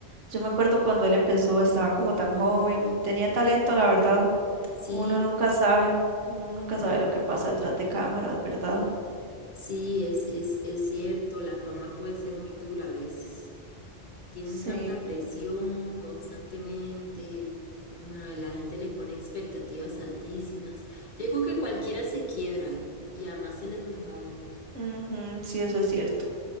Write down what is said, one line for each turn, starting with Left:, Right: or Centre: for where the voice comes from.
Right: Yo me acuerdo cuando él empezó, estaba como tan joven y tenía talento, la verdad.
Left: Sí,
Right: Uno nunca sabe, uno nunca sabe lo que pasa detrás de cámaras, ¿verdad?
Left: sí, es, es, es cierto, la fama puede ser muy dura a veces. Tienen
Right: Sí,
Left: tanta presión constantemente. mae, la gente le pone expectativas altísimas. Yo digo que cualquiera se quiebra y además él es muy joven.
Right: ujú, sí, eso es cierto.